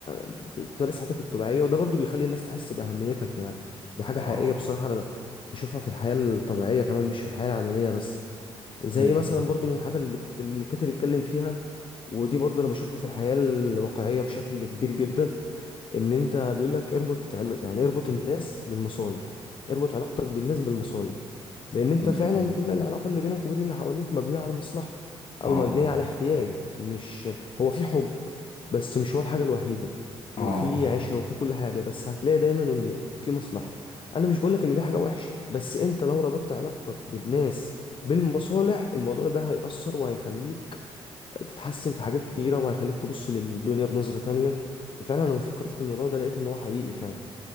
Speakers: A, on the left; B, on the left.
A: بتمارس حياتك الطبيعية وده برضو بيخلي الناس تحس بأهميتك يعني دي حاجة
B: اه
A: حقيقية بصراحة أنا بشوفها في الحياة الطبيعية كمان مش في الحياة العملية بس زي
B: امم
A: مثلا برضو من الحاجة اللي الكت- اللي الكاتب اتكلم فيها ودي برضو أنا بشوفها في الحياة الواقعية بشكل كبير جدا ان انت بيقول لك اربط عل- يعني اربط الناس بالمصالح اربط علاقتك بالناس بالمصالح لان انت
B: أمم.
A: فعلا كل العلاقه اللي بينك وبين اللي حواليك مبنيه على المصلحه
B: اه
A: او مبنيه على احتياج مش هو في حب بس مش هو الحاجه الوحيده
B: اه
A: وفي عشره وفي كل حاجه بس هتلاقي دايما ان في مصلحه انا مش بقولك ان دي حاجه وحشه بس انت لو ربطت علاقتك بالناس بالمصالح الموضوع ده هيأثر وهيخليك تتحسن في حاجات كتيرة وهيخليك تبص للدنيا بنظرة تانية وفعلا لما فكرت في الموضوع ده لقيت ان هو حقيقي فعلا